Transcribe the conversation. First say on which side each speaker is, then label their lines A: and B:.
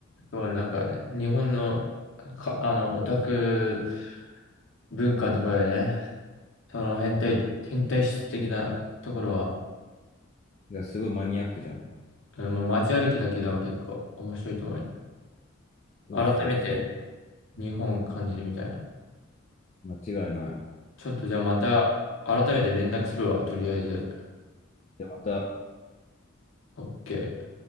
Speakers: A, on the left (about 70°); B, on the left (about 35°).
A: そうね、なんかね、日本の、か、あの、オタク文化のところでね、その変態、
B: そう。
A: 変態質的なところは、
B: いや、すごいマニアックじゃん。
A: うん、もう街歩きだけでも結構面白いと思うよ。
B: そうそうそ
A: 改めて日本を感じるみたいな。
B: う。間違いない。
A: ちょっとじゃあまた、改めて連絡するわ、とりあえず。
B: で、また、
A: OK。